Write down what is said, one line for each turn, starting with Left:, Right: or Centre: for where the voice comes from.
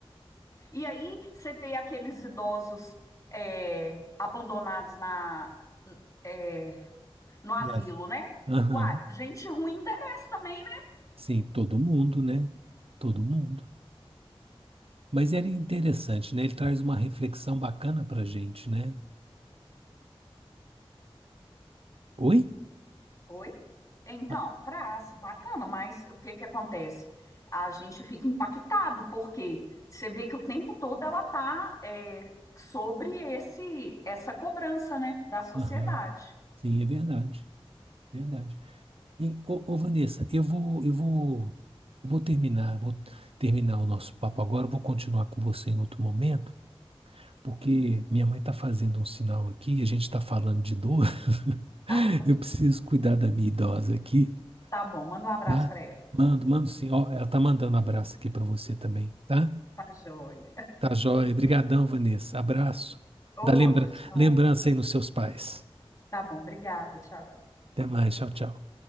Left: E aí você vê aqueles idosos é, abandonados na, é, no asilo,
Right: Yes.
Left: né?
Right: Aham.
Left: Uai, gente ruim envelhece também, né?
Right: Sim, todo mundo, né? Todo mundo. Mas ele é interessante, né? Ele traz uma reflexão bacana pra gente, né? Oi?
Left: Oi? Então,
Right: Ah,
Left: traz, bacana, mas o que que acontece? A gente fica impactado, porque você vê que o tempo todo ela tá é, sobre esse essa cobrança, né, da sociedade.
Right: aham. Sim, é verdade. Verdade. E, ô, ô, Vanessa, eu vou, eu vou, eu vou terminar, vou terminar o nosso papo agora, eu vou continuar com você em outro momento, porque minha mãe está fazendo um sinal aqui, a gente está falando de dor. <laughs>
Left: Ah,
Right: Eu preciso cuidar da minha idosa aqui,
Left: tá bom, manda um abraço
Right: tá?
Left: para ela.
Right: Mando, mando sim. Ó, ela tá mandando um abraço aqui para você também, tá?
Left: Tá joia.
Right: Tá joia. Obrigadão, Vanessa. Abraço.
Left: Outro,
Right: Dá lembra-
Left: tchau.
Right: lembrança aí nos seus pais.
Left: Tá bom, obrigada, tchau.
Right: Até mais. Tchau, tchau.